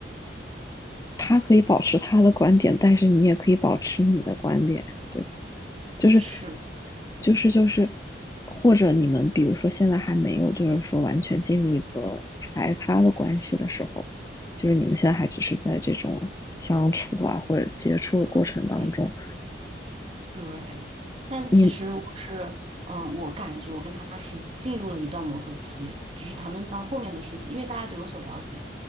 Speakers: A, on the left; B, on the right.
A: 他可以保持他的观点，但是你也可以保持你的观点呀，对吧？就是
B: 是。
A: 就是就是，或者你们比如说现在还没有，就是说完全进入一个排他的关系的时候，就是你们现在还只是在这种相处啊或者接触的过程当中，
B: 磨合期对，但其实我是，
A: 你。
B: 嗯，我感觉我跟他是进入了一段磨合期，只是谈论到后面的事情，因为大家都有所了解，